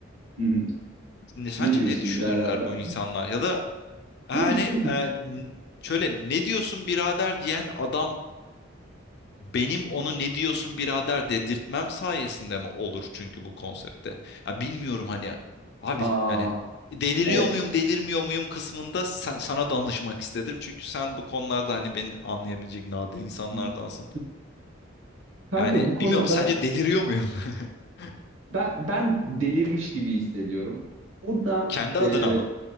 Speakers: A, on the right; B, on the left.
A: Hı hı.
B: ne, sence
A: Ne diyorsun
B: ne düşünürler
A: birader de?
B: bu insanlar ya da hani
A: <laughs>
B: e, n- şöyle ne diyorsun birader diyen adam Benim onu ne diyorsun birader dedirtmem sayesinde mi olur çünkü bu konsepte? Ya bilmiyorum hani abi
A: Aa,
B: yani deliriyor
A: evet.
B: muyum delirmiyor muyum kısmında sen- sana danışmak istedim. Çünkü sen bu konularda hani beni anlayabilecek nadir insanlardansın.
A: <laughs> Kanka
B: Yani
A: bu
B: bilmiyorum
A: konuda
B: sence deliriyor muyum? <laughs>
A: ben ben delirmiş gibi hissediyorum. Burada
B: Kendi
A: e,
B: adına mı?